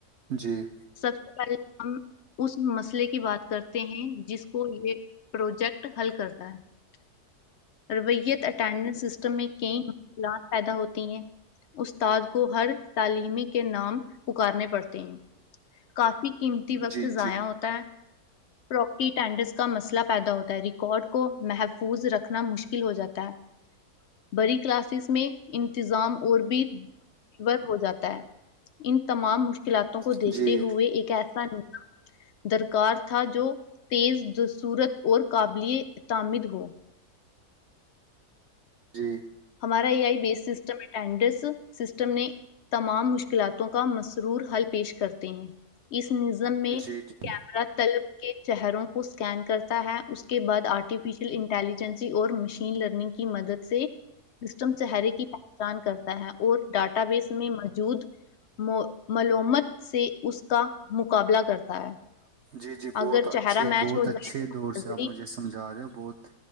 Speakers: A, on the right; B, on the left.
A: جی
B: سب پل آن <unintelligible> <unintelligible> اس مسئلے کی بات کرتے ہیں جس کو یہ پروجیکٹ حل کرتا ہے رویت اٹینڈنس سسٹم میں کئی مشکلات پیدا ہوتی ہیں استاد کو ہر تعلیمی کے نام پکارنے پڑتے ہیں کافی کی قیمتی وقت
A: جی جی جی
B: ضائع ہوتا ہے پراپرٹی ٹینڈرس کا مسئلہ پیدا ہوتا ہے ر کارڈ کو محفوظ رکھنا مشکل ہو جاتا ہے بڑی کلاسز میں انتظام اور بھی برہو جاتا ان تمام مشکل قلعتوں کو
A: جی
B: دیکھتے ہوئے ایک ایسا درکار تھا جو تیز صورت اور قابل تامد ہو
A: جی
B: ہمارا اے آئی بیس سسٹم اڈس سسٹم نے تمام مشکلاتوں کا مسرور حل پیش کرتے ہیں اس نظم میں
A: جی جی
B: کیمرہ طلب کے چہروں کو اسکین کرتا ہے اس کے بعد آرٹیفیشیل انٹیلیجنس اور مشین لرننگ کی مدد سے سسٹم چہرے کی پہچان کرتا ہے اور ڈاٹا بیس میں موجود بود ملومت سے اس کا مقابلہ کرتا ہے
A: جی جی بہت
B: اگر
A: اچھے
B: چہرہ میچ
A: بہت
B: ہو جائے
A: اچھے
B: تو
A: دور
B: نظری
A: سے آپ مجھے سمجھا رہے ہو بہت